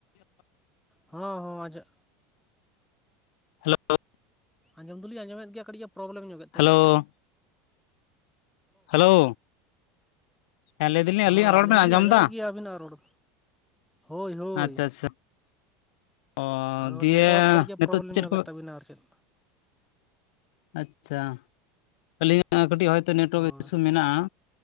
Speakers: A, in the centre; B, on the left.
A: ᱦᱚᱸ ᱦᱚᱸ ᱟᱡᱟᱜ
B: ᱦᱮᱞᱳ
A: ᱟᱸᱡᱚᱢ ᱫᱚᱞᱤᱧ ᱟᱸᱡᱚᱢᱮᱫ ᱜᱮᱭᱟ ᱠᱟᱹᱴᱤᱡ ᱮ ᱯᱨᱚᱵᱞᱮᱢ ᱧᱚᱜ
B: ᱦᱮᱞᱳ ᱦᱮᱞᱳ ᱦᱮᱸ ᱞᱟᱹᱭ ᱫᱟᱞᱤᱧ
A: ᱦᱚᱸ
B: ᱟᱹᱞᱤᱧᱟᱜ ᱨᱚᱲ
A: ᱟᱹᱞᱤᱧ
B: ᱵᱮᱱ
A: ᱫᱚᱞᱤᱧ
B: ᱟᱸᱡᱚᱢ
A: ᱟᱸᱡᱚᱢᱮᱫ
B: ᱮᱫᱟ?
A: ᱜᱮᱭᱟ ᱟᱹᱵᱤᱱᱟᱜ ᱨᱚᱲ ᱦᱳᱭ ᱦᱳᱭ
B: ᱟᱪᱪᱷᱟ ᱟᱪᱪᱷᱟ ᱚ
A: ᱟᱫᱚ
B: ᱫᱤᱭᱮ
A: ᱱᱮᱴᱳᱣᱟᱨᱠ ᱠᱟᱹᱴᱤᱡ ᱜᱮ
B: ᱱᱤᱛᱚᱜ
A: ᱯᱨᱚᱵᱞᱮᱢ
B: ᱪᱮᱫ
A: ᱧᱚᱜᱮᱫ
B: ᱠᱚ
A: ᱛᱟᱹᱵᱤᱱᱟ ᱟᱨ ᱪᱮᱫ
B: ᱟᱪᱪᱷᱟ ᱟᱹᱞᱤᱧᱟᱜ ᱠᱟᱹᱴᱤᱡ ᱦᱚᱭᱛᱚ ᱱᱮᱴᱣᱟᱨᱠ
A: ᱦᱳᱭ
B: ᱤᱥᱩ ᱢᱮᱱᱟᱜ-ᱟ